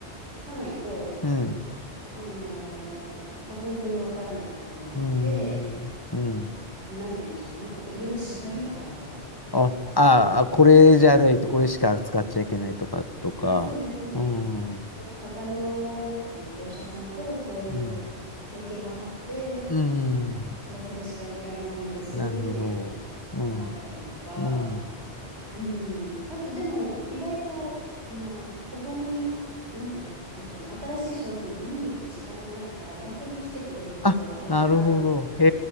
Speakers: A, on the right; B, on the left.
A: さないと、
B: うん、
A: あのーまあ本当に分からないこともあって、
B: うん、うん。
A: なんて言うんでしょうね。なんかこういろいろ縛りがあるとか。
B: あ、
A: ここ、
B: ああ、これじゃないと、これしか使っちゃいけないとか、とか。
A: あ、そうです、そうです。
B: うん。う
A: なんか他の、なんかその業者さんとこういう提携があって、
B: ん。うん。
A: あうちはそれしか入れられないんですっていうのがあったりとか、
B: なるほど。うん。うん。
A: うん。あとでも意外とそんな他に、なんていうんですかね、新しい商品を見に行く時間がないから逆に来てくれるとありがたいとか。
B: あ、なるほど。へ